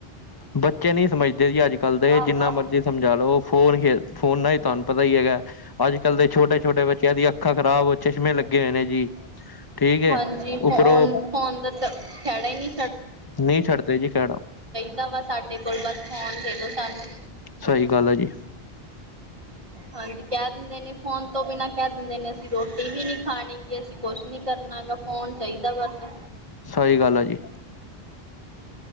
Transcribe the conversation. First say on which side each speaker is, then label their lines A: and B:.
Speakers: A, on the left (about 25°); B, on the right (about 30°).
A: ਬੱਚੇ ਨਹੀਂ ਸਮਝਦੇ ਦੇ ਅੱਜ ਕੱਲ੍ਹ ਦੇ
B: ਹਾਂ
A: ਜਿੰਨਾ
B: ਹਾਂ
A: ਮਰਜ਼ੀ ਸਮਝਾ ਲਓ ਫੋਨ ਖੇ ਫੋਨਾ ਨਾਲ ਹੀ ਤੁਹਾਨੂੰ ਪਤਾ ਹੀ ਹੈਗਾ। ਅੱਜ ਕੱਲ੍ਹ ਦੇ ਛੋਟੇ ਛੋਟੇ ਬੱਚਿਆਂ ਦੀਆਂ ਅੱਖਾਂ ਖ਼ਰਾਬ ੳ ਚਸ਼ਮੇ ਲੱਗੇ ਹੋਏ ਨੇ ਜੀ। ਠੀਕ ਏ
B: ਹਾਂਜੀ ਫੋਨ
A: ਉੱਪਰੋਂ
B: ਫੋਨ ਦਾ ਤਾਂ ਖਹਿੜਾ ਹੀ ਨਹੀਂ
A: ਨੀ ਛੱਡਦੇ ਜੀ ਖੈੜਾ।
B: ਦਵਾ ਸਾਡੇ ਕੋਲ ਬਸ ਫੋਨ ਦੇ ਦਿਉ ਸਾਨੂੰ।
A: ਸਈ ਗੱਲ ਆ ਜੀ।
B: ਹਾਂਜੀ ਕਹਿ ਦਿੰਦੇ ਨੇ ਫੋਨ ਤੋਂ ਬਿਨਾਂ ਕਹਿ ਦਿੰਦੇ ਨੇ ਅਸੀਂ ਰੋਟੀ ਵੀ ਨਹੀ ਖਾਣੀ ਅਸੀ ਕੁਛ ਨੀ ਕਰ ਨਾ ਕ ਫੋਨ ਚਾਹੀਦਾ ਬਸ।
A: ਸਹੀ ਗੱਲ ਹੈ ਜੀ